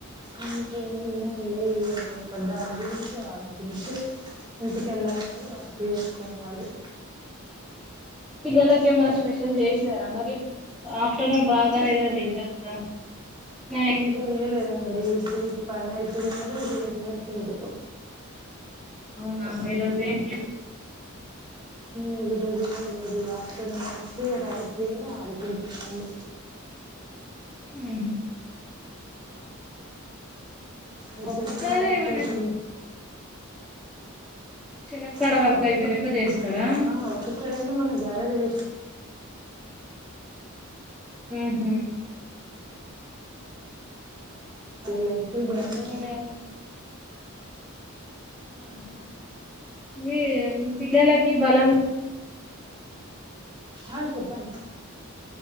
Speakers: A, on the right; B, in the centre.
A: ఇంకేం లేదండి ఇగ రేపట్దాన్ గురుంచె ఆలోచించి ఇంటికి ఏల్లి వర్క్ చేస్కోవలి
B: పిల్లలకెమైనా స్పెషల్ చేసారా మరి ఆఫ్టర్నూన్ రాగానే ఏదైనా తింటారు కదా స్నాక్స్
A: ఇంకా ఎయలేదండి ఇద్ ఇది పనయితున్నది లే ఇర్లేట్లేదు
B: అవునా ఈరోజ్ ఏం లే అ <inaudible>
A: మ్ ఇరోజు లీవ్ లేదిగ ఆఫ్టర్నూన్ ఒచ్చి <unintelligible>
B: మ్హ్
A: ఇ
B: ఒక్కసారి
A: చెక్కర కలిపేసి
B: ఏమైనా చిలక్కడ
A: ఆ
B: వర్క్
A: ఒక్
B: అయిపోయినాక చేస్తారా
A: ఆ ఒక్కసైడ్ అండి మన గ్యారెల్ జేశ్
B: మ్హ్
A: లేసి గనెసి
B: ఏమన్నా ఆహ మీ పిల్లలాకి బలంగ
A: ఆ చెప్పండి